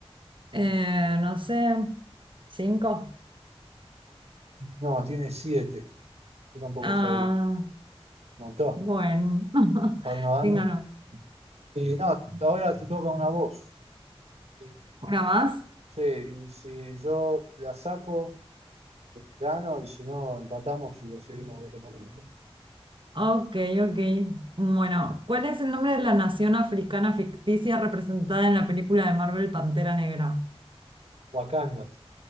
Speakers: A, on the right; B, on the right.
A: eh, no sé, cinco.
B: No, tiene siete, yo tampoco
A: Ah,
B: sabía. Un montón,
A: bueno, <laughs>
B: para una banda.
A: ¿quién ganó?
B: Y no, ahora te toca una voz. Y,
A: ¿Una más?
B: sí, y si yo la saco, gano, y si no, empatamos y la seguimos en otro momento.
A: Ok, ok. Bueno, ¿cuál es el nombre de la nación africana ficticia representada en la película de Marvel Pantera Negra?
B: Wakanda.